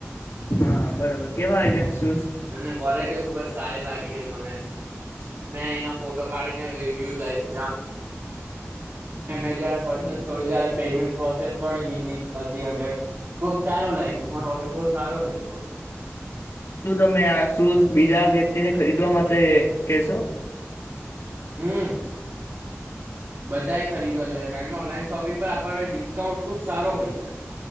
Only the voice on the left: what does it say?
હા બરાબર કેવા આવ્યા શૂઝ
શું તમે આ શું બીજા વ્યક્તિ વ્યક્તિને ખરીદવા માટે કેશો?